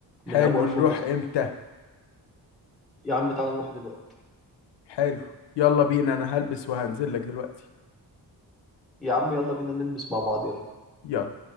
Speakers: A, on the left (about 80°); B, in the centre.
A: حلو
B: من أبو ألف
A: نروح
B: ونص
A: امتى
B: يا عم تعالى نروح دلوقتي
A: حلو يلا بينا انا هلبس وهنزل لك دلوقتي
B: يا عم يلا بينا نلمس مع بعض يلا
A: يلا